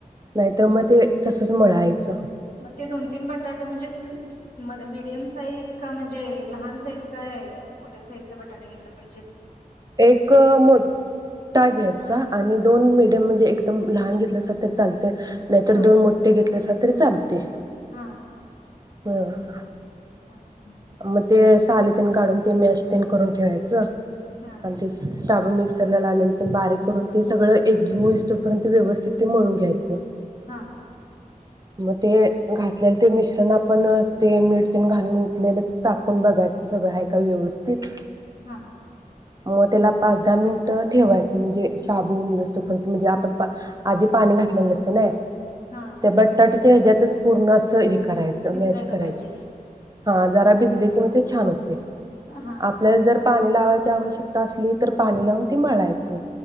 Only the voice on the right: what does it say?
नाहीतर मग ते तसंच मळायचं
एक मोटा घ्यायचा
आणि दोन मिड म्हणजे एकदम लहान घेतलासा तरी चालतय नाहीतर
दोन मोट्ठे घेतलेसा तरी चालते.
<inaudible>
मग ते सालीतीन काढून ते मॅश तेन करून ठेवायचं
आणि ते साबू मि मिक्सरला लावंलेले तेन बारीक करून ते सगळं एकजीव होईस तोपर्यंत ते व्यवस्थित ते मळून घ्यायचं.
म ते घातल्यालं ते मिश्रण आपण ते मीठ तेन घालून उठलेलं चाकून बघायचं सगळं हाय का व्यवस्थित
म त्याला पाच दहा मिनिट ठेवायचं म्हणजे शाबू <unintelligible> तोपर्यंत म्हणजे आपण आधी पाणी घातलेलं नसतय नाय
ते
बटाट्याच्या हेज्यातच पुरणासइ करायच
मॅश करायच
हा भिजलय की म ते छान होतय.
आपल्याला जर पाणी लावाय ची आवश्यकता असली तर पाणी लावून ती मळायचं.